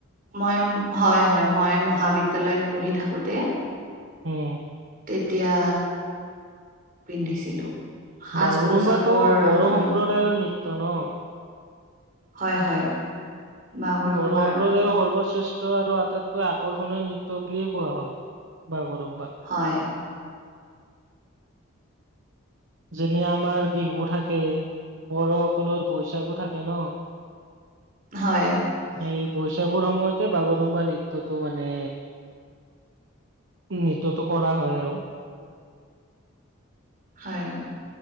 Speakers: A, on the right (about 40°); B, on the right (about 55°).
A: মই হয় হয় মই মহাবিদ্যালয়ত পঢ়ি থাকোতে।
B: অ
A: তেতিয়া। পিন্ধিছিলো। সাজ
B: বাগৰুম
A: পোছাকৰ
B: বাটো বড়ো
A: আপোনাৰ
B: সম্প্ৰদায়ৰ নৃত্য ন,
A: হয় হয়। বাগৰুম্বাৰ
B: বড়ো সম্প্ৰদায়ৰ সৰ্বশ্ৰেষ্ঠ নৃত্য আৰু আটাইতকৈ আকৰ্ষণীয় নৃত্য বুলিয়ে কোৱা হয় বাগৰুম বা,
A: হয়।
B: যেনে আমাৰ বিহু থাকে বড়োসকলৰ বৈশাগো থাকে ন।
A: হয়।
B: সেই বৈশাগুৰ সময়তে বাগৰুমবা নৃত্যটো মানে। নৃততো কৰা হয় আৰু।
A: হয়।